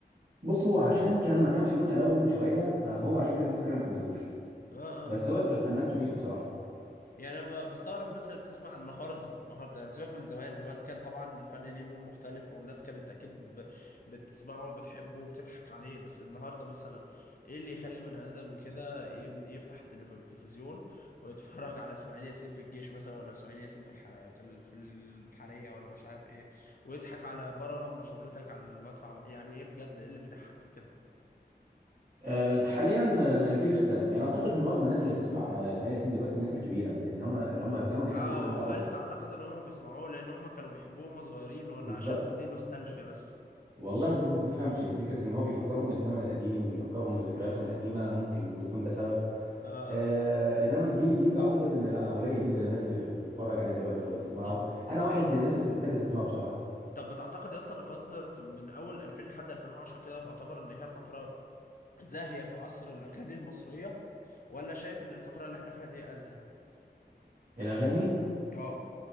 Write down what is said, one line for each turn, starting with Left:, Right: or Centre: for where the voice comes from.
Right: بص هو عشان كان ما كانش متلون شويه فهو عشان كده في ناس كتير ما حبتوش
Left: اه اه
Right: بس هو كفنان كبير بصراحه
Left: يعني انا ب- بستغرب الناس اللي بتسمع النهارده النهارده يعني، سيبك من زمان زمان كان طبعا الفن ليه لون مختلف والناس كانت اكيد ب... بتسمعه وبتحبه وبتضحك عليه بس النهارده مثلا ايه اللي يخلي بني ادم كده ي... يفتح التلف- التلفزيون ويتفرج على اسماعيل ياسين في الجيش مثلا ولا اسماعيل ياسين في الحلا... في ال... في البحريه ولا مش عارف ايه ويضحك على بررم شغلتك على المدفع بقى. يعني ايه بجد ايه اللي بيضحك في كده
Right: آه، حاليا آه، الجيل اختلف يعني اعتقد معظم الناس اللي بتسمع آه، اسماعيل ياسين دلوقتي الناس الكبيره يعني اللي هم اللي هم كانوا بيحبوا
Left: اه
Right: الافلام بتاعته
Left: وهل
Right: القديمه
Left: تعتقد ان هم بيسمعوه لان هم كانوا بيحبوه هم صغيرين ولا
Right: بالظبط
Left: عشان دي نوستالجيا بس
Right: والله ما تف- ما تفهمش فكره ان هو بيفكرهم بالزمن القديم وبيفكرهم بذكرياتهم القديمه ممكن يكون ده سبب
Left: اه
Right: آه انما الجيل الجديد اعتقد ان لا قليل جدا الناس اللي بتتفرج عليه دلوقتي او بتسمعه
Left: طب بت...
Right: انا واحد من الناس اللي بتحب تسمعه بصراحه
Left: طب بتعتقد اصلا ان فترة من اول 2000 لحد 2010 كده تعتبر ان هي فترة زاهية في عصر الاغاني المصرية ولا شايف ان الفترة اللي احنا فيها دي ازهى
Right: الاغاني
Left: اه